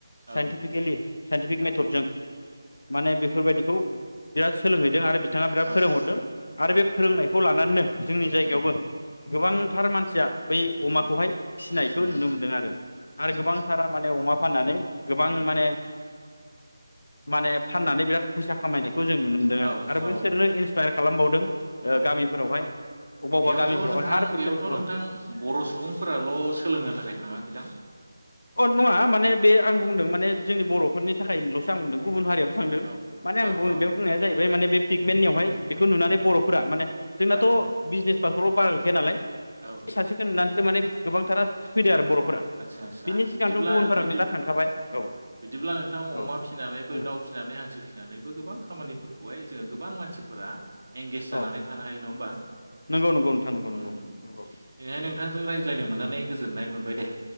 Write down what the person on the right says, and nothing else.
औ
औ
औ
औ
उम
उम
उम
आतसा
आतसा
औ
औ
औ
औ
बेयावथ'
नोंथां
बेयावथ' नोंथां
बर' सुबुंफोराल' सोलोंनो थाखाय थाङाखैदां।
औ
औ औ
औ
औ
आदसा आदसा
बिदिब्ला
बिदि
बिदिब्ला नोंथां
अमा फिसिनानैबो
दाउ फिसिनानै हांसो फिसिनानैबो गोबां खामानिफोरखौहाय जोङो गोबां मानसिफोरा एंगेज जानानै
थानो हायो नङा होमबा
ओम ओम
दिनैहाय
नोंथांजों रायज्लायनो मोननानै गोजोननाय मोनबाय दे।